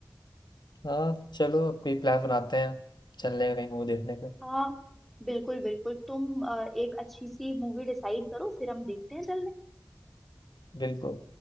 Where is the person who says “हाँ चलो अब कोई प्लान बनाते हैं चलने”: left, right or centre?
Left